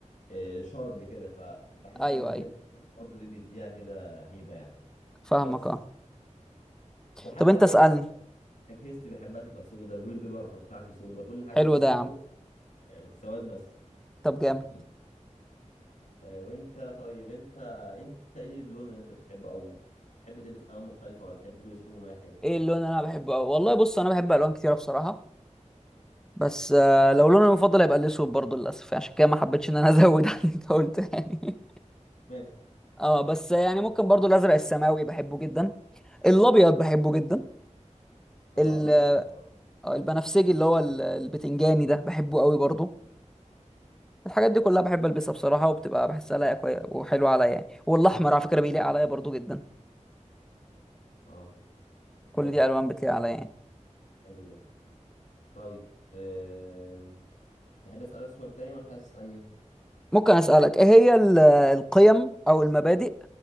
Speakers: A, on the left; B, in the centre.
A: إيه، شرب كده فبحس
B: ايوه
A: ان اللبس
B: ايوه
A: برضو ايه بيديها كده هيبة يعني
B: فاهمك
A: بس
B: اه
A: وحتى
B: طب انت
A: انا
B: اسالني
A: مثلا اجهزتي بحبها تبقى سودا الويل بيبر بتاعتي سودا كل حاجة
B: حلو
A: وس-
B: ده
A: و-
B: يا عم
A: يعني سواد بس
B: طب جامد
A: حرفيا آه، وانت طيب انت انت ايه اللون اللي انت بتحبه او بتحب تلبس الوان مختلفة ولا تحب تلبس لون واحد
B: ايه اللون اللي انا بحبه أوي؟ والله بص انا بحب الوان كتيره بصراحه بس آه لو لوني المفضل هيبقى الاسود برضه للاسف عشان كده ما حبيتش ان انا <laughs> ازود عن اللي انت قلته يعني
A: ماشي
B: اه بس يعني ممكن برضو الازرق السماوي بحبه جدا الابيض بحبه جدا
A: اه
B: ال-
A: الابيض حلو برضه
B: آه، البنفسجي اللي هو ال- البتنجاني ده بحبه قوي برضو الحاجات دي كلها بحب البسها بصراحه وبتبقى بحسها لايقه كوي- وحلوه عليا يعني والاحمر على فكره بيليق عليا برضو جدا
A: اه
B: كل
A: جامد
B: دي الوان بتليق عليا يعني
A: حلو ده طيب أم... تحب أسألك سؤال تاني ولا أنت عايز تسألني؟
B: ممكن اسالك ايه هي ال- القيم او المبادئ